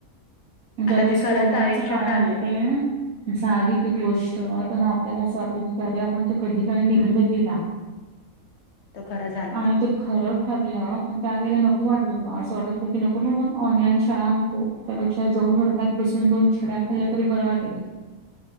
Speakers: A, on the right; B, on the left.
A: ज्यावेेळेस
B: आता ते खरंच
A: कोरोनाच्या
B: आयुष्यात
A: काळामध्ये
B: झालंय
A: झाली ती गोष्ट. तर मग आपल्याला असं वाटत होतं की, अरे आपण ते कधी काळी निबंध लिहिला.
B: तो खरा झाला
A: आणि ते खरं ठरलं, पण त्या वेळेला नको वाटलं होतं. असं वाट होत की नको बाबा, ऑनलाईन शाळा नको. हो, त्यापेक्षा जाऊन वर्गात बसून दोन छड्या खाल्ल्या तरी बरं वाटेल.